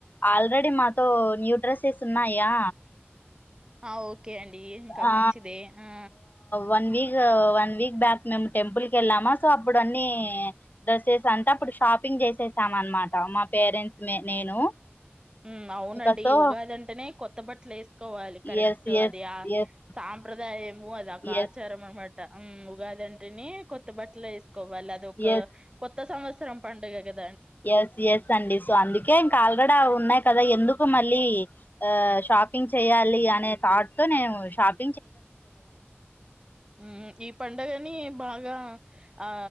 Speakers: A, on the left; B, on the right.
A: ఆల్రెడీ మాతో న్యూ డ్రెస్సెస్ ఉన్నాయా
B: ఆ ఓకే అండి ఇంకా
A: ఆ
B: మంచిదే ఆ
A: వన్ వీక్ ఓ వన్ వీక్ బ్యాక్ మేము టెంపుల్ క్కెళ్ళామా సో అప్పుడు అన్నీ డ్రసెస్ అంట అప్పుడు షాపింగ్ జేసేసాం అన్మాట మా పేరెంట్స్ నే నేను
B: మ్ అవునండి
A: ఇంకా సో
B: ఉగాదంటేనే కొత్త బట్లే స్ కోవాలి కరెక్ట్
A: ఎస్ ఎస్
B: అది ఆ
A: ఎస్
B: సాంప్రదాయము అది అక
A: ఎస్
B: ఆచారం అన్మాట ఉగాదంటెనే కొత్త బట్టలేస్కోవాలి అదొక
A: ఎస్
B: కొత్త సంవత్సరం పండగ కద్
A: ఎస్ ఎస్ అండి సో అందుకే ఇంకా ఆల్రెడీ అవున్నయ్ కదా ఎందుకు మళ్ళీ షాపింగ్ చేయ్యాలి అనే థాట్ తో నేను షాప్
B: మ్ ఈ పండగ నీ బాగా ఆ